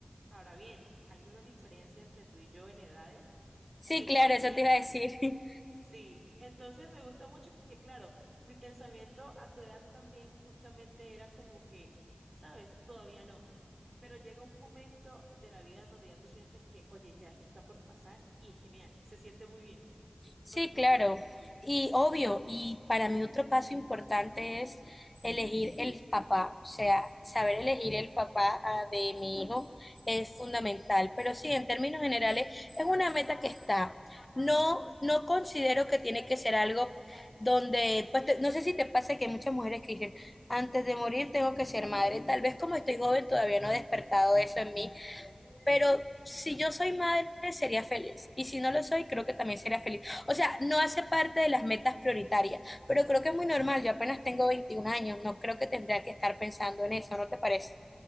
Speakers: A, on the right; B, on the left.
A: Ahora bien, hay una diferencia entre tú y yo en edades
B: Sí,
A: y eso
B: claro,
A: se entiende.
B: eso te iba a decir. <laughs>
A: Sí, entonces me gusta mucho porque, claro, mi pensamiento a tu edad también justamente era como que, sabes, todavía no. Pero llega un momento de la vida en donde ya tú sientes que, oye, ya esto está por pasar y es genial, se siente muy bien.
B: Sí,
A: ¿O tú qué
B: claro.
A: opinas?
B: Y obvio, y para mí otro paso importante es elegir el papá, o sea, saber elegir el papá ah, de mi hijo es fundamental. Pero sí, en términos generales, es una meta que está. No, no considero que tiene que ser algo donde, pues te- no sé si te pasa que hay muchas mujeres que dicen, antes de morir tengo que ser madre. Tal vez como estoy joven todavía no he despertado eso en mí pero si yo soy madre, sería feliz. Y si no lo soy, creo que también sería feliz. O sea, no hace parte de las metas prioritarias, pero creo que es muy normal. Yo apenas tengo 21 años, no creo que tendría que estar pensando en eso, ¿no te parece?